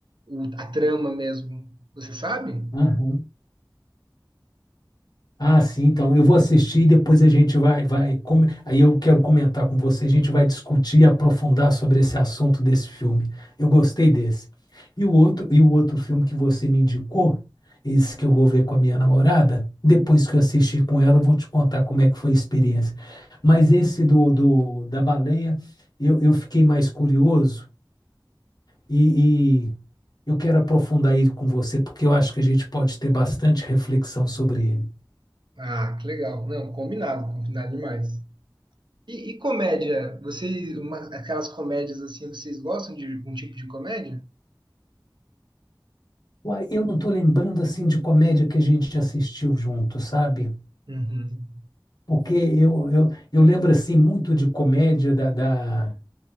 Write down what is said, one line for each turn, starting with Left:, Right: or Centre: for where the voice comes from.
Right: o- a trama mesmo. Você sabe?
Left: Aham. Ah, sim, então eu vou assistir e depois a gente vai, vai, come- aí eu quero comentar com você, a gente vai discutir e aprofundar sobre esse assunto desse filme. Eu gostei desse. E o outro, e o outro filme que você me indicou, esse que eu vou ver com a minha namorada, depois que eu assistir com ela, eu vou te contar como é que foi a experiência. Mas esse do, do da baleia, eu, eu fiquei mais curioso e, e eu quero aprofundar ele com você, porque eu acho que a gente pode ter bastante reflexão sobre ele.
Right: Ah, que legal. Não, combinado, combinado demais. E, e comédia? Vocês, uma- aquelas comédias assim, vocês gostam de algum tipo de comédia?
Left: Uai, eu não estou lembrando assim de comédia que a gente assistiu junto, sabe?
Right: Uhum.
Left: Porque eu, eu, eu lembro assim muito de comédia da, da-